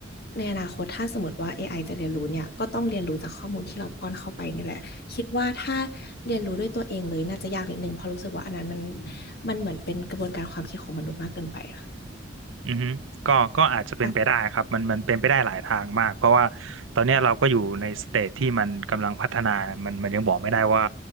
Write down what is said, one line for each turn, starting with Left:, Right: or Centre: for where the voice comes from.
Left: ในอนาคตถ้าสมมติว่า AI จะเรียนรู้เนี่ยก็ต้องเรียนรู้จากข้อมูลที่เราป้อนเข้าไปนี่แหละคิดว่าถ้าเรียนรู้ด้วยตัวเองเลยน่าจะยากนิดนึงเพราะรู้สึกว่าอันนั้นมันมันเหมือนเป็นกระบวนการความคิดของมนุษย์มากเกินไปค่ะ
Right: อือฮึก็ก็อาจจะเป็นไปได้ครับมันมันเป็นไปได้หลายทางมากเพราะว่า
Left: อ่ะ
Right: ตอนเนี้ยเราก็อยู่ในสเตจที่มันกำลังพัฒนามันมันยังบอกไม่ได้ว่า